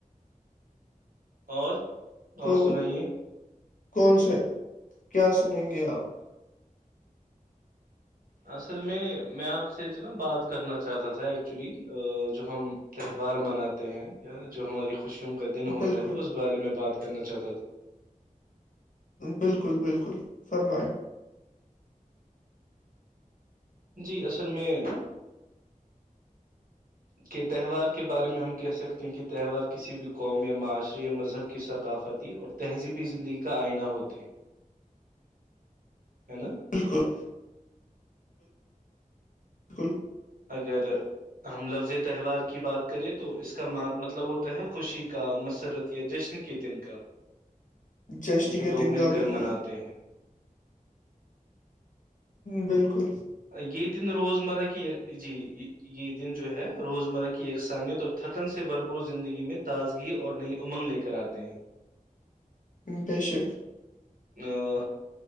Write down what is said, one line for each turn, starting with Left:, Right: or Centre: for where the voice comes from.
Right: اور
Left: تو
Right: اور سنائیے
Left: کون سے کیا سنیں گے آپ
Right: اصل میں میں آپ سے جو نا بات کرنا چاہتا تھا ایکچولی جو ہم تہوار مناتے ہیں یا جو ہماری خوشیوں کا دن ہوتا
Left: بالکل
Right: ہے اس بارے میں بات کرنا چاہتا تھا
Left: بالکل بالکل فرمایں
Right: جی اصل میں کہ تہوار کے بارے میں ہم کہہ سکتے ہیں کہ تہوار کسی بھی قوم یا معاشرے یا مذہب کی ثقافتی اور تہذیبی زندگی کا آئینہ ہوتے ہیں ہے نا
Left: بالکل بالکل
Right: اگر ہم لفظ تہوار کی بات کریں تو اس کا مطلب ہوتا ہے خوشی کا مسرت یا جشن کے دن کا
Left: جشن
Right: جو
Left: کے
Right: لوگ
Left: دن کا
Right: مل کر
Left: بالکل
Right: مناتے ہیں
Left: بالکل
Right: اکی دن روز مرہ کی جی یہ دن جو ہے روزمرہ کی یکسانیت اور تھکن سے بھرپور زندگی میں تازگی اور نئی امنگ لےگ کراتے ہیں
Left: بے شک
Right: ہاں